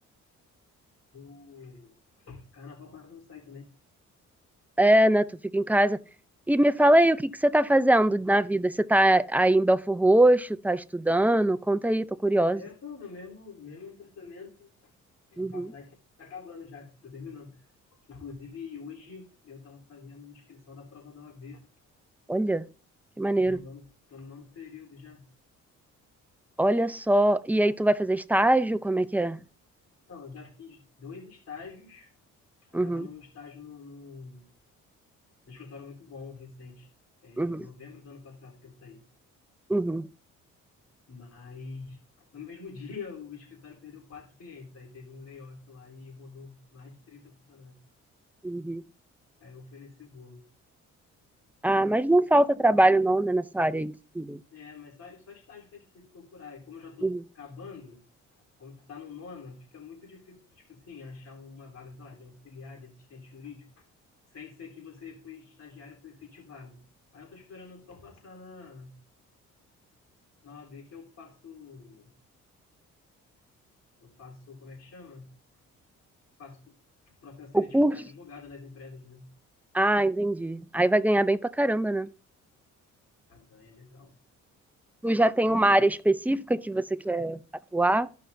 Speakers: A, on the left; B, in the centre.
A: o carnaval quase não sai também.
B: é, né? Tu fica em casa. E me fala aí, o que que você tá fazendo na vida? Você tá aí em Belford Roxo, tá estudando? Conta aí, tô curiosa.
A: É, pô, no mesmo, mesmo apartamento.
B: Uhum.
A: A faculdade tá acabando já, tô terminando. Inclusive, hoje eu tava fazendo inscrição da prova da OAB.
B: Olha, que maneiro.
A: No nono, tô no nono período já.
B: Olha só. E aí, tu vai fazer estágio? Como é que é?
A: Não, eu já fiz dois estágios.
B: Uhum,
A: Eu tava num estágio num, num, num escritório muito bom, recente. É, em
B: uhum,
A: novembro do ano passado que eu saí.
B: uhum,
A: Mas no mesmo <laughs> dia o escritório perdeu quatro clientes. Aí teve um layoff lá e rodou mais de 30 funcionários.
B: uhum.
A: Aí eu fui nesse bolo.
B: Ah, mas não falta trabalho não, né, nessa área aí de filho.
A: É, mas só, só estágio que é difícil procurar. E como eu já tô
B: Uhum.
A: acabando, quando tu tá no nono, fica muito difícil, tipo assim, achar uma vaga, sei lá, de auxiliar, de assistente jurídico, sem ser que você foi estagiário e foi efetivado. Aí eu tô esperando só passar na, na OAB que eu faço, eu faço, como é que chama? Faço processo
B: O
A: seletivo
B: curso?
A: para advogado nas empresas mesmo.
B: Ah, entendi. Aí vai ganhar bem pra caramba, né?
A: Ah, ganha, legal.
B: Tu já tem
A: Eu-
B: uma área específica que você quer atuar?